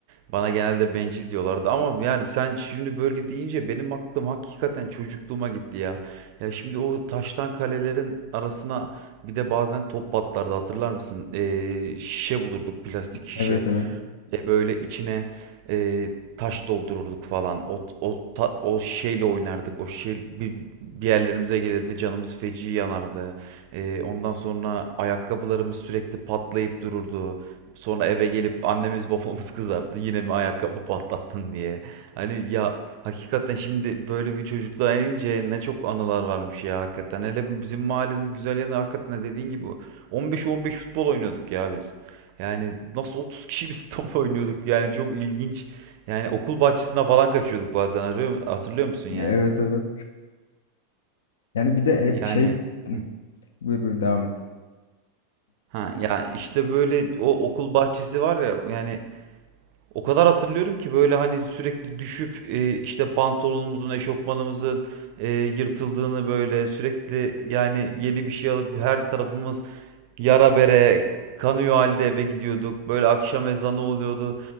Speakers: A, on the right; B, on the left.
A: Bana genelde bencil diyorlardı ama yani sen şimdi böyle deyince benim aklım hakikaten çocukluğuma gitti ya. Ya şimdi o taştan kalelerin arasına bir de bazen top patlardı hatırlar mısın? E, şişe bulurduk plastik şişe.
B: Evet evet.
A: de böyle içine e, taş doldururduk falan. O o ta- o şeyle oynardık. O şey bir, bir yerlerimize gelirdi. Canımız feci yanardı. E, ondan sonra ayakkabılarımız sürekli patlayıp dururdu. Sonra eve gelip annemiz babamız kızardı. Yine mi ayakkabı patlattın diye. Hani ya hakikaten şimdi böyle bir çocukluğa inince ne çok anılar varmış ya hakikaten. Hele bizim mahallenin güzel yanı hakikaten dediğin gibi 15-15 futbol oynuyorduk ya biz. Yani nasıl 30 kişi biz <laughs> top oynuyorduk yani çok ilginç. Yani okul bahçesine falan kaçıyorduk bazen arıyor, hatırlıyor musun yani?
B: Evet evet. Yani bir de hep
A: Yani
B: şey
A: Hı.
B: buyur buyur devam et.
A: ha ya işte böyle o okul bahçesi var ya yani o kadar hatırlıyorum ki böyle hani sürekli düşüp e, işte pantolonumuzun, eşofmanımızın e, yırtıldığını böyle sürekli yani yeni bir şey alıp her tarafımız yara bere kanıyor halde eve gidiyorduk. Böyle akşam ezanı oluyordu.